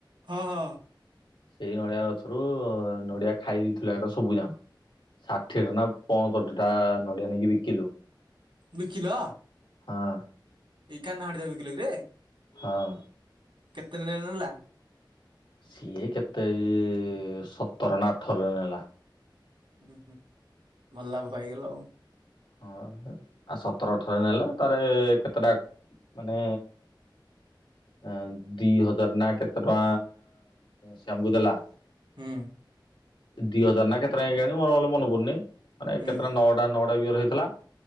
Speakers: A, on the right; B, on the left.
A: ହଁ ହଁ।
B: ସେଇ ନଡିଆ ଗଛରୁ ନଡିଆ ଖାଇ ଦେଇେଇଥିଲୁ କେଥା ସବୁ ଯାକ ଷାଠିଏ ଟ ନା ପଅଁଷଠି ଟା ନଡ଼ିଆ ନେଇକି ବିକିଲୁ।
A: ବିକିଲ?
B: ହଁ।
A: ଏଇ କାହ୍ନଆ ଘଟିଦା ବିକିଲ କିରେ?
B: ହଁ।
A: କେତେ <unintelligible> ନେଲା?
B: ସିଏ କେତେ ଏଇ ସତର ନା ଅଠରରେ ନେଲା।
A: ହୁଁ ହୁଁ ଭଲ ଲାଭ ପାଇଗଲ ଆଉ।
B: ହଁ ଆ ସତର ଅଠର ନେଲା ତାରେ କେତଟା ମାନେ ଅ ଦି ହଜାର ନା କେତେ ଟଙ୍କା ସେ ଆମକୁ ଦେଲା।
A: ହୁଁ।
B: ଦି ହଜାର ନା କେତେଟା କେଇଜାଣି ମରଲେ ମନେ ପଡୁନି। ମାନେ
A: ହୁଁ
B: କେତେଟା ନଅଟା ନଅଟା ବିଅର ହେଇ ଥିଲା